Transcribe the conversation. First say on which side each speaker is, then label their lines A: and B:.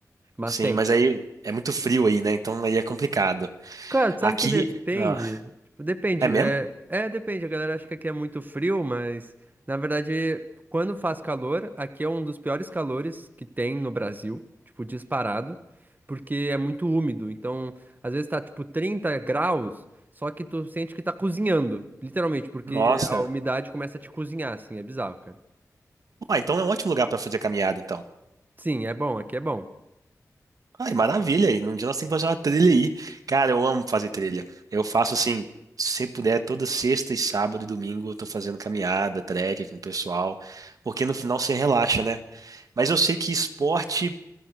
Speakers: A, on the right; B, on the right.
A: Mas
B: Sim,
A: tem.
B: mas aí é muito frio aí, né? Então aí é complicado.
A: Cara, sabe
B: Aqui,
A: que depende?
B: ah,
A: Tipo, depende.
B: é mesmo?
A: É, é, depende. A galera acha que aqui é muito frio, mas na verdade, quando faz calor, aqui é um dos piores calores que tem no Brasil, tipo, disparado, porque é muito úmido. Então, às vezes tá tipo 30 graus, só que tu sente que tá cozinhando, literalmente, porque
B: Nossa.
A: a umidade começa a te cozinhar, assim, é bizarro, cara.
B: Ah, então é um ótimo lugar pra fazer caminhada, então.
A: Sim, é bom, aqui é bom.
B: Ai, maravilha. E num dia nós temos que fazer uma trilha aí. Cara, eu amo fazer trilha. Eu faço assim, se puder, toda sexta e sábado e domingo eu tô fazendo caminhada, trek com o pessoal, porque no final você relaxa, né? Mas eu sei que esporte